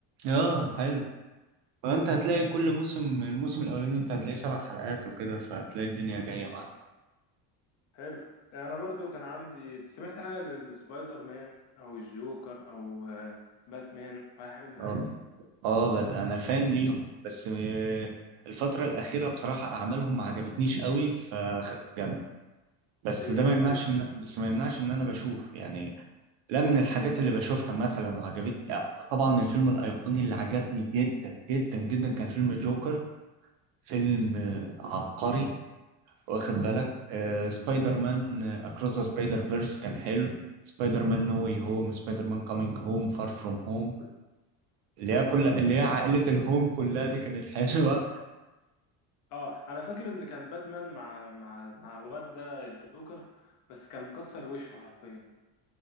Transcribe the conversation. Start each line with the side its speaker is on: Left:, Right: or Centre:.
Right: اه حلو فأنت هتلاقي كل موسم الموسم الأولاني أنت هتلاقي سبع حلقات وكده فهتلاقي الدنيا جاية معاك
Left: حلو أنا برضو كان عندي سمعت حاجة للسبايدر مان أو الجوكر أو آه، باتمان أو أي حاجة من الحاجات
Right: اه
Left: دي
Right: اه بد- أنا فان ليهم بس آه، الفترة الأخيرة بصراحة أعمالهم ما عجبتنيش أوي فخدت جنب بس
Left: زي
Right: ده
Left: ايه
Right: ما يمنعش
Left: طيب
Right: إن بس ما يمنعش إن أنا بشوف يعني لا من الحاجات اللي بشوفها مثلا وعجبتني لا، طبعا الفيلم الأيقوني اللي عجبني جدا جدا جدا كان فيلم جوكر فيلم آه، عبقري واخد بالك آه سبايدر مان أكروس ذا سبايدر فيرس كان حلو سبايدر مان نو واي هوم سبايدر مان كامينج هوم فار فروم هوم اللي هي كل اللي
Left: حلو
Right: هي عائلة الهوم كلها دي كانت حلوة
Left: اه انا فاكر ان كان باتمان مع مع مع الواد ده الجوكر بس كان مكسر وشه حرفيا